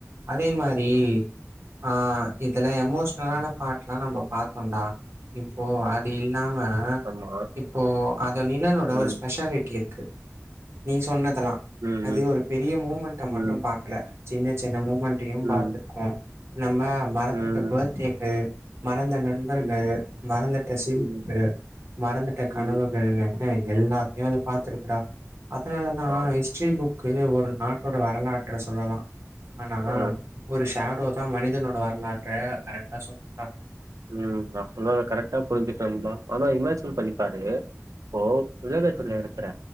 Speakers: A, on the right; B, on the right.
A: அதே மாரி ஆ இதுல எமோஷ்னலான பாட்டு எல்லா நாம பார்த்தோம்ண்டா இப்போ அத நாம
B: ஆமா.
A: இப்போ அதோ நிலனோட
B: ம்.
A: ஒரு ஸ்பெஷாலிட்டி இருக்கு நீ சொன்ன அதா
B: ம்.
A: அது ஒரு பெரிய மூமெண்டா
B: ம்.
A: மட்டு ல்ல சின்னச் சின்ன மு ஒண்டயு
B: ம்.
A: பாத்துக்கு நம்ம மரத்துட்ட
B: ம்.
A: பர்த்டேக்கு ம் மறந்த நண்பர்கள்
B: ம். ம்.
A: மறந்துட்ட சிரிப்பு
B: ம்.
A: மறந்துட்ட கனவுகள்னு
B: ம்.
A: அ எல்லாத்தையு அது பாத்துருக்குடா அதனாலதா
B: ஆமா.
A: ஹிஸ்ட்ரி புக் க்கு ஒரு நாட்டோட வரலா அ சொல்லலா ஆனா
B: அ.
A: ஒரு விஷ் தேடோ தா மனிதனோட வரலாற்ற கரெக்டா சொல்லூ டா
B: உ நா சொன்னத கரெக்டா புரிஞ்சிக்கிட்ட ஆனா இமேஜின் பண்ணிப்பாரு இப்போ உலகத்துல இருக்கிற